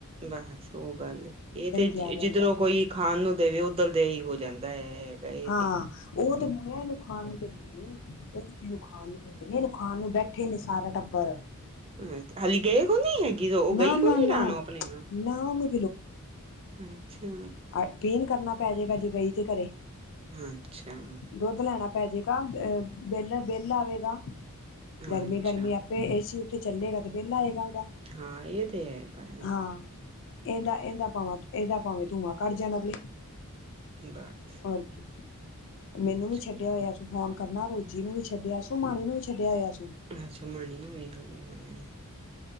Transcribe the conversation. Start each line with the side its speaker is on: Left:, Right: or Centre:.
Right: ਬਸ ਉਹ ਗੱਲ ਏ, ਇਹ ਤੇ ਜਿ
Left: ਪਿਆਰ ਰਹਿੰਦਾ
Right: ਜਿਧਰੋਂ ਕੋਈ ਖਾਨ ਨੂੰ ਦੇਵੇ ਉੱਧਰ ਦਾ ਹੀ ਹੋ ਜਾਂਦਾ ਹੈ ਹੈਗਾ ਇਹ।
Left: ਹਾਂ
Right: ਤੇ
Left: ਉਹ ਤੇ <unintelligible> ਖਾਨ ਨੂੰ ਦਿੰਦੀ ਨੀ <unintelligible> ਖਾਨ ਨੂੰ ਬੈਠੇ ਨੇ ਸਾਰਾ ਟੱਬਰ।
Right: <unintelligible> ਨੀ ਹੈਗੀ ਓਹ, ਓਹ
Left: ਨਾ
Right: ਗਈ
Left: ਨਾ
Right: ਹੋਈ
Left: ਨਾ
Right: ਯਾਂ ਜਾਨਾ ਆਪਣੇ ਨਾਲ।
Left: ਨਾ ਉਹਨੂੰ
Right: ਅੱਛਾ।
Left: ਆਹ, ਧੀ ਨੂੰ ਕਰਨਾ ਪਏ ਜਾਏਗਾ ਜੇ ਗਈ ਤੇ ਘਰੇ,
Right: ਅੱਛਾ
Left: ਦੁੱਧ ਲੈਣਾ। <unintelligible> ਅਹ ਬਿੱਲ-ਬਿੱਲ ਆਵੇਗਾ ਗਰਮੀ-ਗਰਮੀ
Right: ਅੱਛਾ
Left: ਆਪੇ ਏ ਸੀ ਤੇ ਚੱਲੇਗਾ, ਤੇ ਬਿੱਲ ਆਏਗਾ ਉਹਦਾ।
Right: ਹਾਂ ਇਹ ਤੇ ਹੈ ਗੱਲ।
Left: ਹਾਂ ਇਂਹਦਾ-ਇਂਹਦਾ ਭਾਵੇਂ, ਇਹਦਾ ਭਾਵੇਂ ਧੂੰਆਂ ਕੱਢ ਜਾਣ ਅਗਲੇ।
Right: <unintelligible>
Left: ਹੋਰ ਕੀ, ਮੈਨੂੰ ਵੀ
Right: ਅੱਛਾ
Left: ਛੱਡਿਆ ਹੋਇਆ ਸੀ ਫੋਨ। ਕਰਨਾ ਰੋਜੀ ਨੂੰ ਵੀ ਛੱਡਿਆ ਸੀ, ਮਾਹਿਰਾ ਨੂੰ ਵੀ ਛੱਡਿਆ ਹੋਇਆ ਸੀ।
Right: <unintelligible>